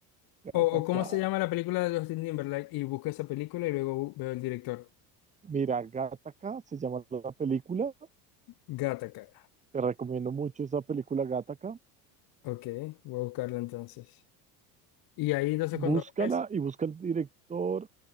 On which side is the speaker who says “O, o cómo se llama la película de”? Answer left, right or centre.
Left